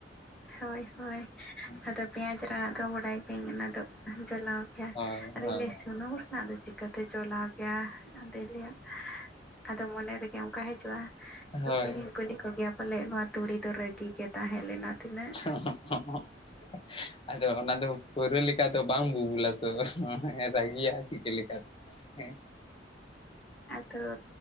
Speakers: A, in the centre; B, on the left.
A: ᱦᱳᱭ ᱦᱳᱭ
B: ᱦ
A: ᱟᱫᱚ
B: <unintelligible>
A: ᱯᱮᱸᱭᱟᱡᱽ ᱨᱮᱱᱟᱜ ᱫᱚ ᱵᱟᱰᱟᱭ ᱜᱮᱹᱧ ᱚᱱᱟ ᱫᱚ ᱡᱚᱞᱟᱣ ᱜᱮᱭᱟ
B: ᱦᱳᱭ
A: ᱟᱫᱚ
B: ᱦᱳᱭ
A: ᱞᱟ, ᱭ ᱤᱧ ᱥᱩᱱᱩᱢ ᱨᱮᱱᱟ ᱫᱚ ᱪᱤᱠᱟᱹᱠᱟ ᱪᱤᱠᱟ, ᱛᱮ ᱡᱚᱞᱟᱣ ᱜᱮᱭᱟ ᱟᱫᱚᱭ ᱞᱟᱹᱭᱟ ᱟᱫᱚ ᱢᱚᱱᱮ ᱨᱮᱜᱮ ᱚᱱᱠᱟ ᱦᱤᱡᱩᱜᱼᱟ ᱦᱚ
B: ᱦᱳᱭ
A: ᱠᱩᱞᱤ ᱦᱚᱧ ᱠᱩᱞᱤ ᱠᱚ ᱜᱮᱭᱟ ᱯᱟᱞᱮ ᱱᱚᱣᱟ ᱛᱩᱲᱤ ᱫᱚ ᱨᱟᱹᱜᱤ ᱜᱮ ᱛᱟᱦᱮ ᱞᱮᱱᱟ ᱛᱤᱱᱟᱹᱜ
B: <unintelligible> ᱟᱫᱚ ᱚᱱᱟ ᱫᱚ ᱯᱟᱹᱣᱨᱟᱹ ᱞᱮᱠᱟ ᱫᱚ ᱵᱟᱝ ᱵᱩᱵᱩᱞᱟ ᱛᱚ ᱨᱟᱹᱜᱤᱭᱟ ᱪᱤᱠᱟᱹ ᱞᱮᱠᱟᱛᱮ ᱦᱮᱸ ᱾
A: ᱟᱛᱚ